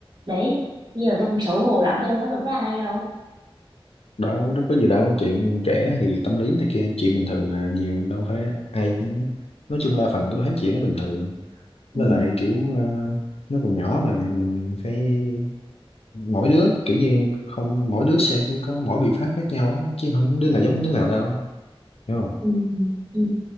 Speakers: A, on the right (about 45°); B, on the left (about 85°).
A: đấy bây giờ tôi cũng xấu hổ lắm tôi đâu nói được với ai đâu
B: đâu đâu có gì đâu chuyện trẻ thì tâm lý này kia chuyện bình thường mà nhiều đâu phải ai cũng nói chung đa phần cứ thấy chuyện nó bình thường
A: ừ
B: với lại kiểu ờ, nó còn nhỏ mà mình phải mỗi đứa kiểu như không mỗi đứa sẽ có mỗi biện pháp khác nhau á chứ không đứa nào giống đứa nào đâu hiểu không
A: ừ ừ